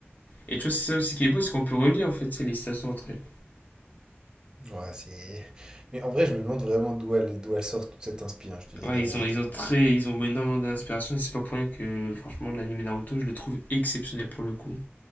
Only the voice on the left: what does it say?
Et tu vois, c'est ça aussi qui est beau, c'est qu'on peut relier, en fait, c'est les citations entre elles.
Ouais,
ils
ont, ils ont très, ils ont énormément d'inspiration et c'est pas pour rien que, franchement, l'anime Naruto, je le trouve exceptionnel pour le coup.